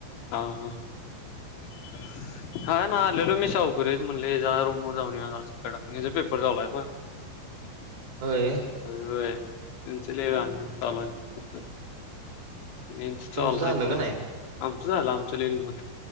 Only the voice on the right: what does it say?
होय
तुमचं झालं
का नाही?